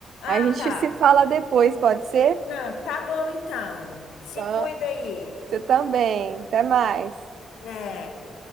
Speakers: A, on the right; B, on the left.
A: A
B: Ah,
A: gente
B: tá.
A: se fala depois, pode ser?
B: Não, tá bom então. Se
A: Tá.
B: cuida aí.
A: Você também. Até mais.
B: É.